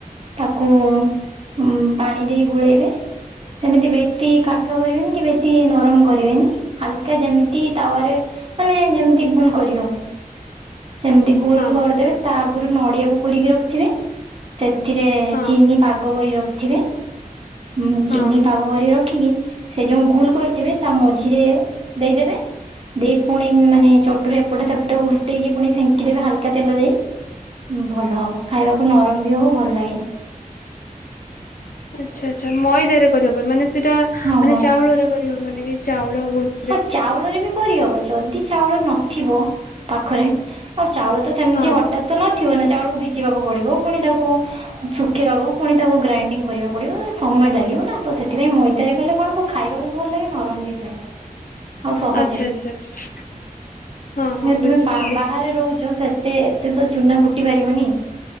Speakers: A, on the right; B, on the left.
A: ତାକୁ ଉଁ- ପାଣି ଦେଇ ଗୋଳେଇବେ ସେମିତି ବେଶି କାଠ କରିବେନି କି ବେଶି ନରମ୍ କରିବେନି ହାଲ୍କା ଯେମିତି ତାୱାରେ ମାନେ ଯେମିତି ଗୁଲ୍ କରିହବ। ସେମିତି ଗୁଲ୍
B: ହଁ
A: କରିଦେବେ ତା ଆଗରୁ ନଡିଆକୁ କୁରିକି ରଖିଥିବେ। ସେଥିରେ
B: ହଁ
A: ଚିନି ପାଗ କରି ରଖିଥିବେ। ହୁଁ-ଚିନି
B: ହଁ
A: ପାଗ କରିକି ରଖିକି ସେ ଯଉ ଗୁଲ୍ କରି ଥିବେ ତା ମଝିରେ ଦେଇ ଦେବେ ଦେଇ ପୁଣି ମାନେ ଚଟୁରେ ଏପଟ ସେପଟ ଉଲ୍ ଟେଇକି ପୁଣି ସେଙ୍କି ଦେବେ ହାଲ୍କା ତେଲ ଦେଇ ହୁଁ ଭଲ ହବ ଖାଇବାକୁ ନରମ୍ ବି ହବ ଭଲ୍ ଲାଗେ।
B: ଆଚ୍ଛା-ଆଚ୍ଛା ମଇଦାରେ କରିହବ ମାନେ ସେଟା
A: ହଁ
B: ମାନେ ଚାଉଳରେ କରିହବନି କି? ଚାଉଳ ଗୁଣ୍
A: ହଁ-ଚାଉଳରେ ବି କରିହବ ଯଦି ଚାଉଳ ନଥିବ ପାଖରେ ଅ -ଚାଉଳ ତ ସେମିତି
B: ହଁ
A: ହଟାତ୍ ତ ନଥିବ ନା ଚାଉଳକୁ ଭିଜିବାକୁ ପଡିବ ପୁଣି ତାକୁ ସୁକେଇବାକୁ ପୁଣି ତାକୁ ଗ୍ରାଇଣ୍ଡିଙ୍ଗ୍ କରିବାକୁ ପଡିବ ସମୟ ଲାଗିବ ନା ତ ସେଥିପାଇଁ ମଇ ତିଆରି କଲେ କଣ ଖାଇବାକୁ ବି ଭଲ ଲାଗେ ନରମ୍ ବି ହୁଏ। ଆଉ ସହଜ
B: ଆଚ୍ଛା
A: ବି
B: ଆଚ୍ଛା ଆଚ୍ଛା ହଁ ହଁ
A: ହେତିପାଇଁ
B: ବୁଝିପାରିଲି
A: ପା- ବାହାରେ ରହୁଚ ସେ ଏତେ- ଏତେ ତ ଚୁନା କୁଟି ପାରିବନି